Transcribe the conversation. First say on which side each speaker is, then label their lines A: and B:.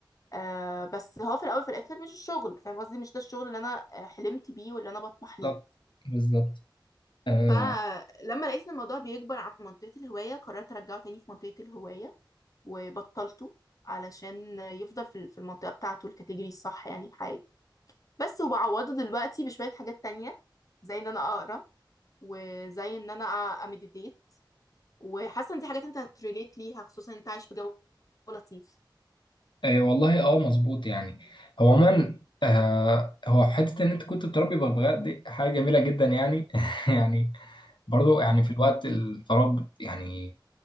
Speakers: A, on the left; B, on the left.
A: آه بس هو في الاول في الاخر مش الشغل فاهم قصدي مش ده الشغل اللي انا آه، حلمت بيه واللي انا بطمح
B: بالظبط
A: ليه
B: بالظبط آه
A: فلما لقيت ان الموضوع بيكبر عن منطقة الهواية قررت ارجعه تاني في منطقة الهواية وبطلته علشان يفضل في في المنطقة بتاعته الكاتيجوري الصح يعني في حياتي بس وبعوضه دلوقتي بشوية حاجات تانية زي ان انا اقرا وزي ان انا امديتيت وحاسة ان دي حاجات انت هتريليت ليها خصوصا انت عايش في جو لطيف
B: آه والله اه مظبوط يعني هو عموما آه هو حته ان انت كنت بتربي بغبغاء دي حاجه جميله جدا يعني <laughs> يعني برضو يعني
A: <laughs>
B: في الوقت الفراغ بت- يعني